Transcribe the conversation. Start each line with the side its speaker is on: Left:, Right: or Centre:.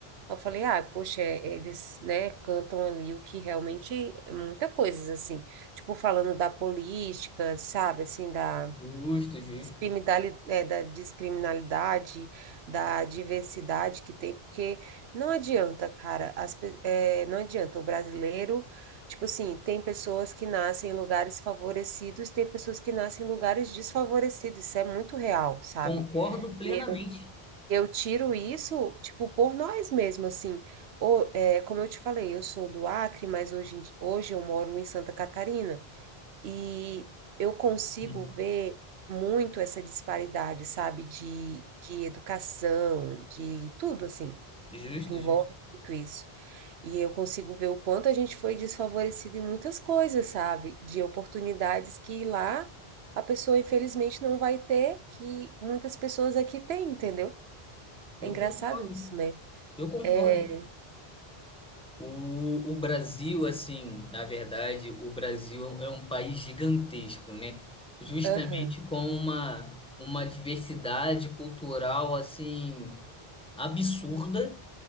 Right: eu falei, ah, poxa, é, eles, né, cantam ali o que realmente é muita coisa assim, tipo falando da política, sabe, assim da
Centre: Justo, justo.
Right: criminali- é, da descriminalidade, da diversidade que tem, porque não adianta, cara, as pe- é, não adianta. O brasileiro, tipo assim, tem pessoas que nascem em lugares favorecidos, tem pessoas que nascem em lugares desfavorecidos. Isso é muito real, sabe?
Centre: Concordo plenamente.
Right: E eu, eu tiro isso, tipo, por nós mesmos, assim. Ou, é, como eu te falei, eu sou do Acre, mas hoje, em di- hoje eu moro em Santa Catarina. E eu consigo
Centre: Uhum.
Right: ver muito essa disparidade, sabe, de, de educação, de tudo assim,
Centre: Justo,
Right: envolve
Centre: justo.
Right: muito isso. E eu consigo ver o quanto a gente foi desfavorecido em muitas coisas, sabe, de oportunidades que lá a pessoa infelizmente não vai ter, que muitas pessoas aqui têm, entendeu?
Centre: Eu
Right: É engraçado
Centre: concordo.
Right: isso, né?
Centre: Eu concordo.
Right: É,
Centre: O, o Brasil, assim, na verdade, o Brasil é um é um país gigantesco, né? Justamente
Right: aham,
Centre: com uma, uma diversidade cultural, assim, absurda.